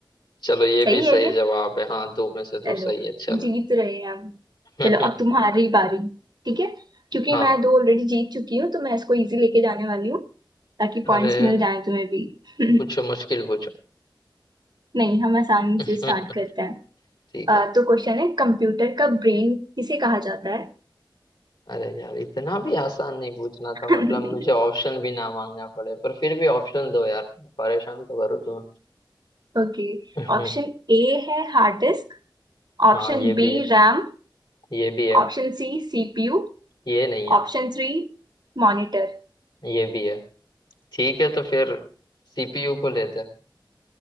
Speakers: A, on the left (about 65°); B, on the right (about 60°).
A: चलो ये
B: सही
A: भी
B: है
A: सही जवाब है हाँ दो में से दो
B: चलो
A: सही है चलो
B: जीत रहे हैं हम
A: <laughs>
B: चलो अब तुम्हारी बारी ठीक है क्योंकि
A: हाँ
B: मैं दो ऑलरेडी जीत चुकी हूँ तो मैं इसको इजी लेके जाने वाली हूँ ताकि
A: अरे
B: पॉइंट्स मिल जाए तुम्हें भी <laughs>
A: पूछो मुश्किल पूछो
B: नहीं हम आसानी
A: ठीक
B: से स्टार्ट करते हैं
A: है
B: अ, तो क्वेश्चन है कंप्यूटर का ब्रेन किसे कहा जाता है
A: अरे यार इतना भी आसान नहीं पूछना
B: <laughs>
A: था मतलब मुझे ऑप्शन भी ना मांगना पड़े पर फिर भी ऑप्शन दो यार परेशान तो करूँ
B: ओके
A: तुम्हें
B: ऑप्शन
A: <laughs>
B: ए है hard disk
A: हाँ
B: Option
A: ये भी
B: B
A: है
B: RAM
A: ये भी है
B: Option C CPU
A: ये नहीं है
B: Option three monitor <laughs>
A: ये भी है ठीक है तो फिर सीपीयू को लेते हैं।